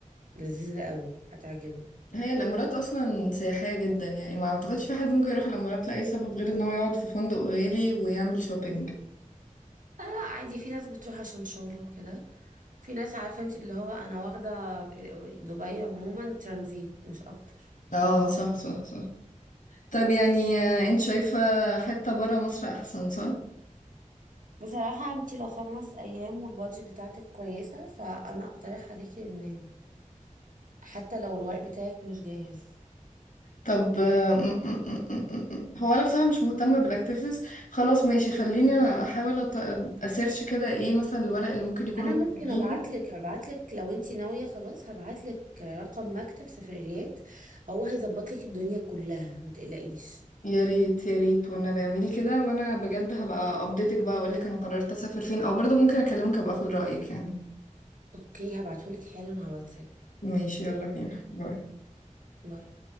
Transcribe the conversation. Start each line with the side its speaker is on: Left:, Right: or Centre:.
Right: لذيذة قوي هتعجبك
Left: هي الامارات اصلا سياحية جدا يعني ما اعتقدش في حد ممكن يروح الامارات لاي سبب غير ان هو يقعد في فندق غالي ويعمل شوبينج
Right: لا لا عادي في ناس بتروح عشان شغله وكده في ناس عارفة انت اللي هو انا واخدة دبي عموما ترانزيت مش اكتر
Left: اه صح صح صح طب يعني آه، انت شايفة حتة برا مصر احسن صح
Right: بصراحة انت لو خمس ايام والبادجت بتاعتك كويسة فانا اقترح عليكي لبنان حتى لو الورق بتاعك مش جاهز
Left: طب آه، م- م- م- م- م. هو انا بصراحه مش مهتمه بالاكتيفيتيز خلاص ماشي خليني احاول أط- اسيرش كده ايه مثلا الورق اللي ممكن يكونوا
Right: انا
Left: محتاجينه
Right: ممكن ابعتلك ابعتلك لو انت ناوية خلاص هبعتلك رقم مكتب سفريات هو هيظبطلك الدنيا كلها ما تقلقيش
Left: يا ريت يا ريت والنبي اعملي كده وانا بجد هبقى ابديتك بقى اقول لك انا قررت اسافر فين او برضه ممكن اكلمك ابقى اخد رايك يعني
Right: اوكي هبعتهولك حالا على الواتساب
Left: ماشي يلا بينا باي
Right: باي